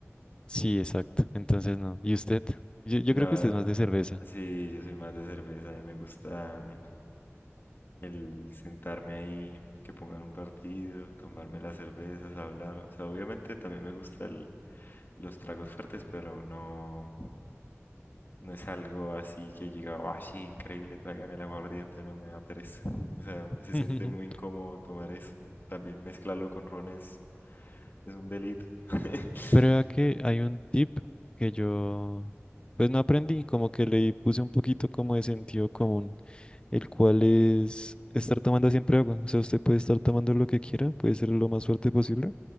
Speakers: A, on the left; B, on the left.
A: Sí, exacto. Entonces no. ¿Y usted? Yo, yo
B: No,
A: creo que usted es más de cerveza.
B: sí, yo soy más de cerveza. A mí me gusta el sentarme ahí, que pongan un partido, tomarme las cervezas, hablar. O sea, obviamente también me gustan los tragos fuertes, pero no. No es algo así que llega, ¡ay, sí, increíble! Traigan el aguardiente, no me da pereza. O sea, se
A: <laughs>
B: siente muy incómodo tomar eso. También mezclarlo con ron es, es un delito. <laughs>
A: Pero vea que hay un tip que yo, pues no aprendí, como que le puse un poquito como de sentido común, el cual es estar tomando siempre agua. O sea, usted puede estar tomando lo que quiera, puede ser lo más fuerte posible,